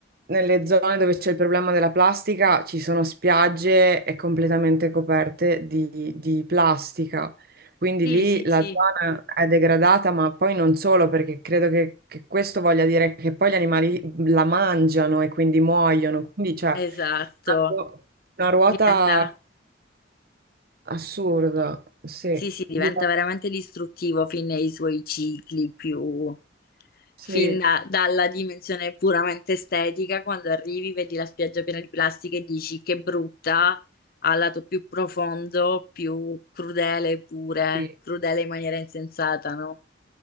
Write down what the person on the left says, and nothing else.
Sì,
sì,
sì,
esatto.
Diventa.
Sì, sì, diventa
veramente distruttivo fin nei suoi cicli più...
fin da- dalla dimensione puramente estetica, quando arrivi, vedi la spiaggia piena di plastica e dici che brutta, al lato più profondo, più crudele pure,
crudele in maniera insensata, no?